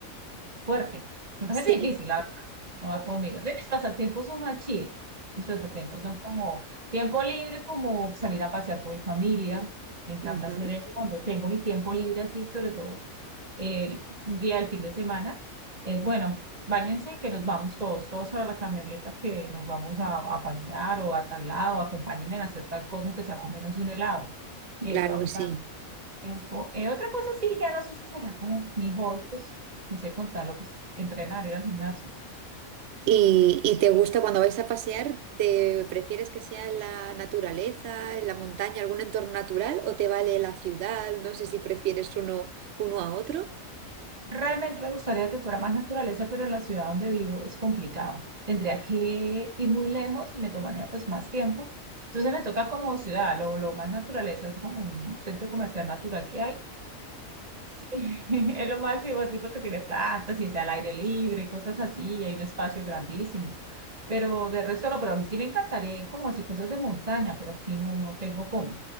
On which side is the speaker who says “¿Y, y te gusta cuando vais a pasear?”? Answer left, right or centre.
Right